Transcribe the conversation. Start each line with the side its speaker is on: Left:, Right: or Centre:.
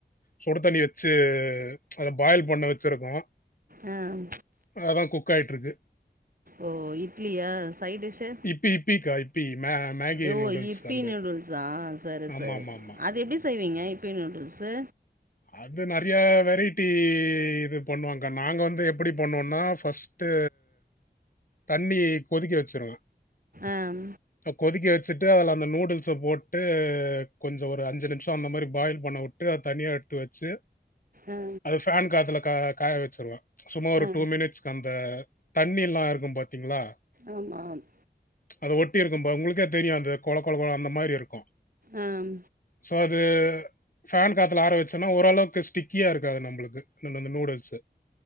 Left: சுடு தண்ணி வச்சு அத பாயில் பண்ண வச்சுருக்கோ
Right: அ ம்
Left: அதா குக் ஆகிட்ருக்கு
Right: ஓ இட்லியா சைட்டிஷு
Left: இப்பி இப்பிக்கா இப்பி மே மேகி
Right: ஓ
Left: நூடுல்ஸ்
Right: இப்பி
Left: அந்த
Right: நூடுல் ஸ் ஆ சரி
Left: ஆமா
Right: சரி
Left: ஆமா ஆமா
Right: அது எப்டி செய்வீங்க இப்பி நூடுல்ஸு
Left: அது நெறையா வெரைட்டி இது பண்ணுவாங்க நாங்க வந்து எப்புடி பண்ணுவோன்னா ஃபஸ்ட் ட்டு தண்ணி கொதிக்க வச்சுர்லா
Right: அம்
Left: கொதிக்க வச்சுட்டு அதுல அந்த நூடுல்ஸ்ஸ போட்டு கொஞ்சோ ஒரு அஞ்சு நிம்ஷோ அந்த மாரி பாயில் பண்ண வுட் வுட்டு அத தனியா எடுத்து வச்சு
Right: ஆ
Left: அது ஃபேன் காத்துல கா காய வச்சுர்லா சும்மா ஒரு
Right: ஆ
Left: டூ மினிட்ஸ்க்கு அந்த தண்ணியெல்லா இருக்கு பாத்தீங்ளா
Right: ஆமா ஆம்
Left: அத ஒட்டி இருக்கும்பா உங்களுக்கே அது தெரியு அது கொழ கொழ கொழ அந்த மாரி இருக்கு
Right: ஆம்
Left: சோ அது ஃபேன் காத்துல ஆர வச் சுன்னா ஓரளவுக்கு ஸ்டிக்கியா இருக்காது நம்பளுக்கு நம்ப அந்த நூடுல்ஸு